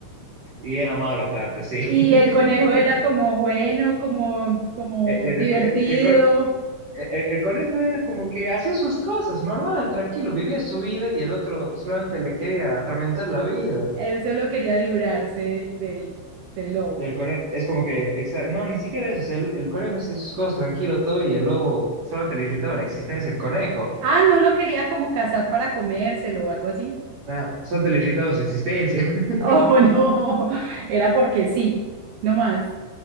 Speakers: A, on the right (about 40°); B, on the right (about 80°).
A: y era malo aparte, sí.
B: y el conejo
A: <laughs>
B: era como bueno, como, como
A: El,
B: divertido.
A: el- el con- el- el conejo era como que hacía sus cosas, normal, tranquilo, vivía su vida y el otro solamente le quería atormentar la vida.
B: Él solo quería librarse del, del lobo.
A: del conejo, es como que, exa- no, ni siquiera eso, o sea, el, el conejo hacía sus cosas tranquilo todo y el lobo solamente le irritaba la existencia del conejo,
B: Ah, no lo quería como cazar para comérselo o algo así.
A: nada, solamente le irritaba su existencia. <laughs>
B: Oh, <laughs> no, era porque sí, no más.